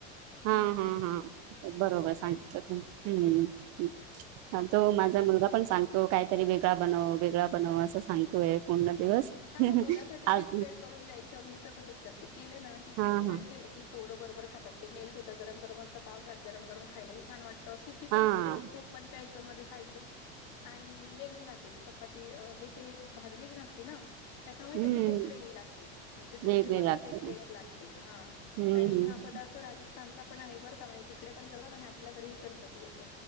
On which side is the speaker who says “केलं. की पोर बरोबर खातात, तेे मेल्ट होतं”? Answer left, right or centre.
Left